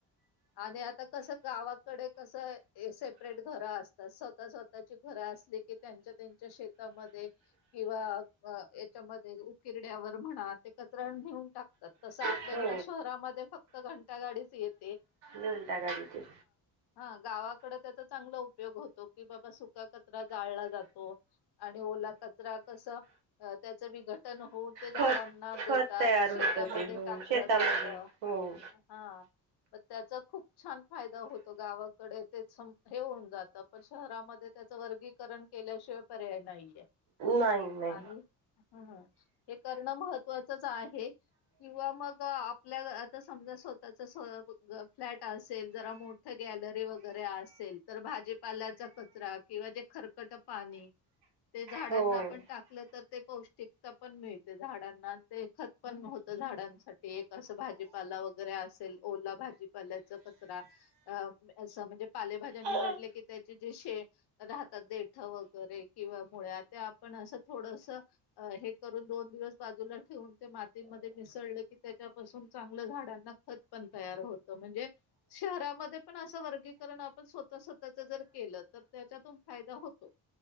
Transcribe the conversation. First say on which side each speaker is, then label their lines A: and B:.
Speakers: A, on the left (about 65°); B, on the right (about 75°).
A: आणि आता कस गावाकडे कस सेपरेट घर असतात स्वतः स्वतःची घरं असली कि त्यांच्या त्यांच्या शेतामध्ये किंवा अ याच्यामध्ये उकिरड्यावर म्हणा ते कचरा नेऊन टाकतात तसं आपल्या
B: हो
A: इकड शहरामध्ये फक्त घंटा गाडीच येत. ते.
B: घंटागाडीची.
A: हं गावाकडच तर चांगला उपयोग होतो की बाबा सुका कचरा जाळला जातो आणि ओला कचरा कस त्याचं विघटन होऊन ते झाडान.
B: खत खत
A: देतात
B: तयार
A: शेतामध्ये
B: होतं ते हो
A: टाकलं
B: शेतामध्ये
A: जात
B: हो
A: हं. मग त्याचा खूप छान फायदा होतो गावाकडे तेच हे होऊन जातं पण शहरामध्ये त्याचं वर्गीकरण केल्याशिवाय पर्याय नाहीये.
B: नाही नही.
A: आणि ह हे करणं महत्त्वाचच आहे किंवा मग आपल्या आता समजा स्वतःच सोयाबीन. फ्लॅट असेल जरा मोठ गॅलरी वगैरे असेल तर भाजीपाल्याचा कचरा किंवा जे खरकट पाणी ते झाडांना
B: हो
A: आपन टाकलं तर ते पौष्टिकता पण मिळते झाडांना ते खत पण व्हतं झाडांसाठी एक असं भाजीपाला वगैरे असेल ओला भाजीपाला. पाल्याचा कचरा अ अस म्हणजे पालेभाज्या निवडले
B: हो
A: कि त्याचे जे शे राहतात देठ वगैरे किंवा मुळ्या ते आपण असं थोडस हे करून दोन दिवस बाजूला ठेवून ते मातीमध्ये मिसळलं कि त्याच्यापासून चांगलं झाडांना खत पण तयार होत. म्हणजे शहरामध्ये पण असं वर्गीकरण आपण स्वतः स्वतःच जर केलं तर त्याच्यातून फायदा होतो.